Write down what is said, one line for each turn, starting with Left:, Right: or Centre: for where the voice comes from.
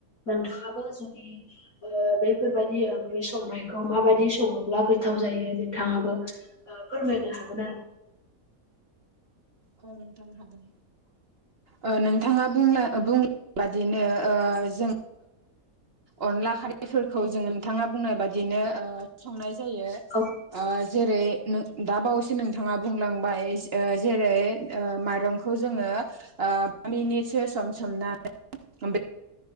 Left: नोंथाङाबो जुदिओ बेफोरबायदि ओंख्रि संनायखौ माबायदि सङोब्ला गोथाव जायो नोंथाङाबो फोरमायनो हागोन आरो
Right: औ नोंथां हागोन ओ नोंथाङा बुंनायबादिनो ओ जों अनला खारिफोरखौ जोङो नोंथाङा बुंनाय बादिनो ओ संनाय
Left: आरो
Right: ओ जेरै दाबावैसो नोंथाङा बुंलांबाय जेरै माइरंखौ जोङो बा मिनिटसो सम सोमनानै